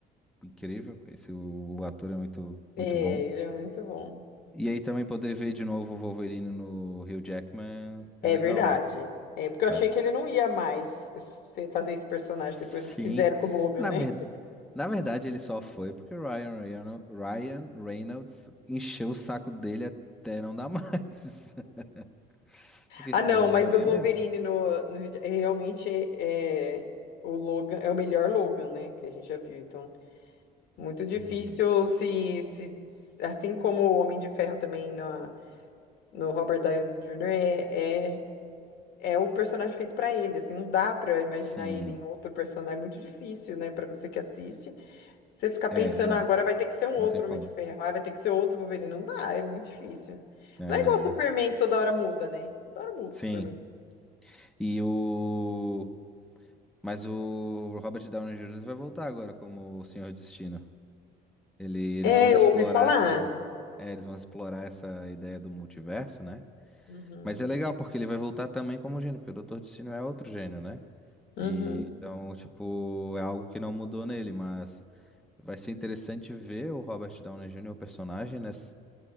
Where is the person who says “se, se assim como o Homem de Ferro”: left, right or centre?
Left